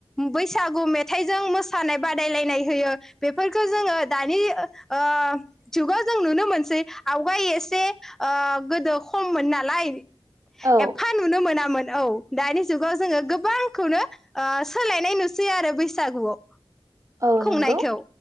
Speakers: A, in the centre; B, on the right (about 30°).
A: बैसागु मेथाइजों मोसानाय बादायलायनाय होयो बेफोरखौ जोंङो दानि ओ जुगाव जों नुनो मोनसै आवगाय ओ गोदो खममोन ना लाय
B: औ
A: एफा नुनो मोनामोन औ दानि जुगाव जोंङो गोबांखौनो ओ सोलायनाय नुसै आरो बैसागुआव
B: औ
A: खुंनायखौ
B: नंगौ